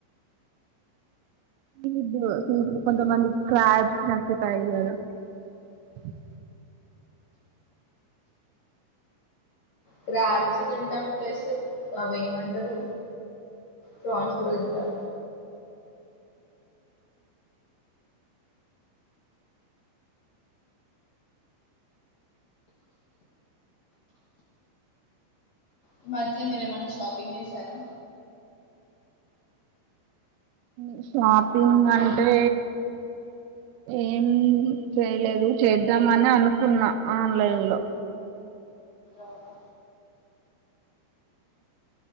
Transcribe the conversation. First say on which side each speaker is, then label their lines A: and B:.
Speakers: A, on the right; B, on the left.
A: సీ ఫుడు సి కొంతమందికి క్రాబ్స్ నచ్చుతాయి కదా. <inaudible>
B: క్రాబ్స్ తింటాను ప్లస్ అవి ఏమంటారు ఫ్రాన్స్ కూడా తింటా ఈ మధ్య మీరు ఏమైన్నా షాపింగ్ చేసారా
A: ఉ షాపింగ్ అంటే ఎమ్ చేయలేదు చేద్దామని అనుకున్నా ఆన్లైన్ లో.
B: అవును